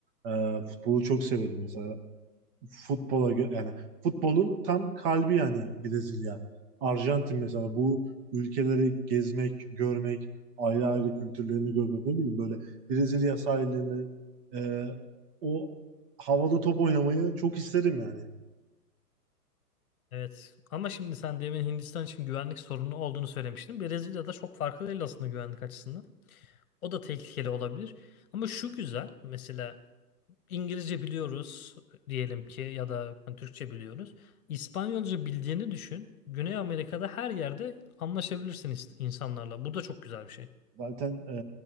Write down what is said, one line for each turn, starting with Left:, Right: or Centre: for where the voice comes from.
Right: e, futbolu çok severim mesela. futbola gö- yani futbolun tam kalbi yani Brezilya. Arjantin mesela bu ülkeleri gezmek, görmek, ayrı ayrı kültürlerini görmek ne bileyim böyle Brezilya sahillerinde e, o havada top oynamayı çok isterim yani.
Left: Evet ama şimdi sen demin Hindistan için güvenlik sorunu olduğunu söylemiştin. Brezilya'da çok farklı değil aslında güvenlik açısından. O da tehlikeli olabilir. Ama şu güzel mesela İngilizce biliyoruz diyelim ki ya da hani Türkçe biliyoruz. İspanyolca bildiğini düşün. Güney Amerika'da her yerde anlaşabilirsin is- insanlarla. Bu da çok güzel bir şey.
Right: Zaten e,